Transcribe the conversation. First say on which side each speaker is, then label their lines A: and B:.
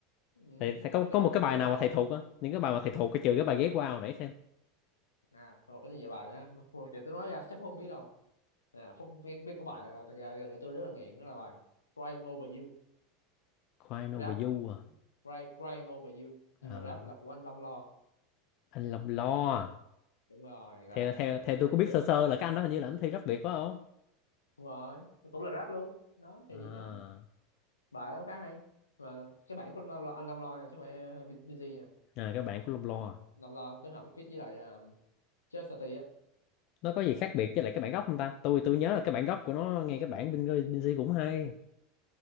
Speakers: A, on the left; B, on the left.
A: ừ,
B: thầy, thầy
A: tôi
B: có
A: rap
B: có một cái
A: đủ thứ
B: bài nào
A: bài
B: mà thầy
A: á
B: thuộc á những cái bài mà thầy thuộc cái trừ cái bài ghét qua hồi nãy
A: à tôi học rất nhiều bài á Phúc- <laughs> thì tôi nói ra chắc phúc không biết đâu à phúc biết biết có bài là thật ra gần đây tôi rất là nghiện đó là bài Crying Over You
B: Crying
A: rap
B: Over You à,
A: crying, crying over you nhưng
B: à
A: mà rap là của anh Long Lo
B: anh Lòng Lo à.
A: đúng rồi là,
B: theo
A: là
B: theo theo
A: người này
B: tôi có
A: tôi
B: biết
A: rất
B: sơ
A: là
B: sơ là cái anh đó hình như là anh thi rap Việt phải không
A: đúng rồi nó cũng là rap luôn đó thì
B: à,
A: đó bài đó khá hay mà cái bản của Long Lo, anh Long Lo nha chứ không phải ờ, Bin- Binz nha
B: à cái bản của Long Lo à.
A: Long Lo kết hợp với feat với lại um, Chastity á
B: nó có gì khác biệt với lại cái bản gốc không ta tôi tôi nhớ là cái bản gốc của nó nghe cái bản bên bên C cũng hay